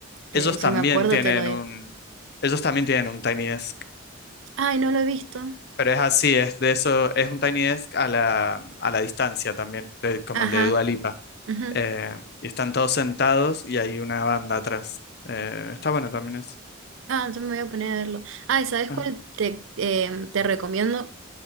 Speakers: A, on the right; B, on the left.
A: Te-
B: Ellos
A: si
B: también
A: me acuerdo,
B: tienen
A: te lo digo.
B: un, ellos también tienen un Tiny Desk,
A: Ay, no lo he visto.
B: pero es así, es de eso, es un Tiny Desk a la, a la distancia también, de- como
A: Ajá.
B: el de Dua Lipa.
A: ujú.
B: Eh, y están todos sentados y hay una banda atrás. Eh, está bueno también eso.
A: Ah, entonces me voy a poner a verlo. Ay, ¿sabes
B: Ajá.
A: cuál te, eh, te recomiendo?